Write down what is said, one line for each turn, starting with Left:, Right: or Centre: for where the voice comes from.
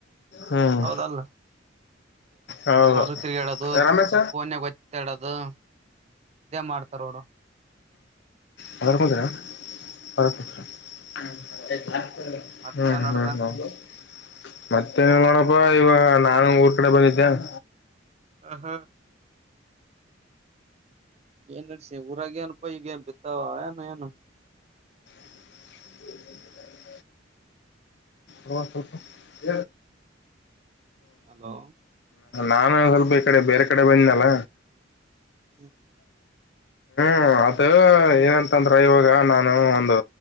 Left: ಹ್ಮ್
Right: ಹೌದಲ್ಲ
Left: ಹೌದು
Right: ಹೊರು ತಿರ್ಗಾಡೋದು
Left: ರಮೇಶ
Right: ಫೋನ್ಾಗ ಗತ್ತಾಡೋದು <unintelligible> ಇದೇ ಮಾಡ್ತಾರೋಡು
Left: ಹದ ಕೊತ್ರ ಹದತ್ರ <unintelligible>
Right: ಮತ್ತೆ
Left: ಹ್ಮ್
Right: ನಡ್ದ
Left: ಹ್ಮ್ ಹ <unintelligible> ಮತ್ತೆನ ನೋಡಪ್ಪಾ ಈವ ನಾನ ಊರ್ ಕಡೆ ಬಂದಿದ್ದೆ <inaudible>
Right: ಹ ಹಾ ಏನ ಸಿ <unintelligible> ಉೂರ ಗ ಪೈ ಗ ಪಿತಾವ ಆ ಏನು
Left: ಹ ಹಲ್ಪ <unintelligible>
Right: ಹಲೋ
Left: ನಾನು ಸ್ವಲ್ಪ ಈ ಕಡೆ ಬೇರೆ ಕಡೆ ಬಂದನಲ್ಲ
Right: ಹ
Left: ಹ್ಮ ಅದ ಏನಂತಂದ್ರ ಇವಾಗ ನಾನು ಒಂದು